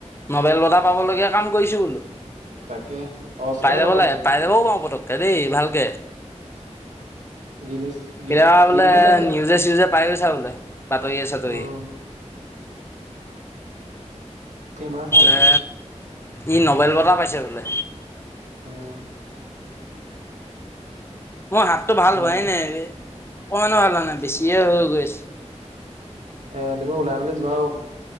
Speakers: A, on the left; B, on the right.
A: নবেল বঁটা পাবলগীয়া কাম কৰিছোঁ বোলো।
B: তাকে অস্কাৰ
A: পাই যাব
B: পাবা
A: লাগে,
B: তুমি
A: পাই যাবও পাৰোঁ পতককে দেই ভালকে।
B: <inaudible> গিনি গিন
A: কেতিয়াবা বোলে
B: দি দিবও পাই দিয়া
A: নিউজে চিউজে পাই গৈছা বোলে বাতৰিয়ে চাতৰিয়ে
B: উম ফেমাচ
A: বোলে
B: হব লাগিব।
A: ই নবেল বটা পাইছে বোলে।
B: উম।
A: মোৰ হাতটো ভাল
B: বাকী
A: হোৱাই নাই অকমানো ভাল হোৱা নাই বেছিয়ে হৈ গৈ আছে।
B: সে তুমি ওলাই মেলি যোৱা